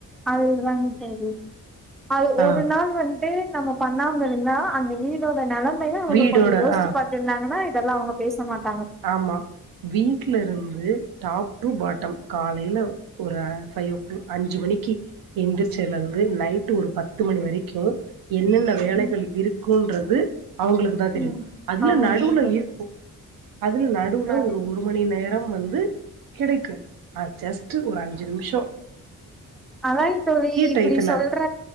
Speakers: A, in the centre; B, on the right (about 70°).
A: அதுதாங்க தோழி அது
B: ஆ
A: ஒரு நாள் வந்ட்டு நம்ம பண்ணாம இருந்தா அந்த வீடோட நெலமைய அவங்க
B: வீடோட
A: கொஞ்சோ யோஸ்ச்சு
B: ஆ
A: பாத்திருந்தாங்கன்னா இதெல்லா அவங்க பேச மாட்
B: ஆமா வீட்ல இருந்து டாப் டூ பாட்டம் கா லைல ஒரு ஃபை ஓ கிளா அஞ்சு மணிக்கு எந்திரிச்சலருந்து நைட்டு ஒரு பத் து மணி வரைக்கு என்னென்ன வேலைகள்
A: ம்
B: இருக்குன்றது அவங்களுக்கு தா தெரியு
A: ம்
B: அதுல
A: ஆ
B: நடுவுல
A: ஓகே தோழி
B: இருப்போ அதுல நடுவுல
A: ஆ
B: ஒரு ஒரு மணி நேரம் வந்து கிடைக்கு அ ஜஸ்ட்டு ஒரு அஞ்சு நிம்ஷோ
A: அதாய்ங் தோழி இப்பிடி
B: டயத்துல
A: சொல்ற